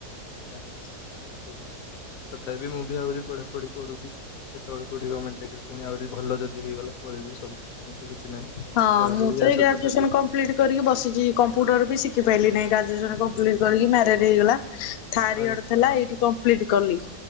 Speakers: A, on the left; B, on the left.
A: ଆଛା ଠିକ ତଥାପି ମୁଁ ବି ଆହୁରି ପଢାପଢି କରୁଚି। କେତେବେଳେ କୋଉଁଠି ଗମେଣ୍ଟ ଚାକିରୀ ପୁଣି ଆହୁରି ଭଲ ଯଦି ହେଇଗଲା ପଳେଇବୁ ସବୁ। ଏମିତି କିଛି ନାହିଁ
B: ହଁ
A: ପଢାପଢି
B: ମୁଁ ତ
A: ଆ
B: ଏଇ
A: ସହିତ
B: ଗ୍ରାଜୁଏସନ
A: ଚଲେଇଚୁ।
B: କମ୍ପ୍ଲିଟ କରିକି ବସିଛିି। କମ୍ପୁଟର ବି ଶିଖି ପାରିଲି ନାଇଁ ଗ୍ରାଜୁଏସନ କଂପ୍ଲିଟ୍ କରିକି ମ୍ୟାରେଡ୍ ହେଇଗଲା। ଥାର୍ଡୟର
A: ଆଚ୍ଛା
B: ଥିଲା ଏଇଠି କମ୍ପ୍ଲିଟ୍ କଲି।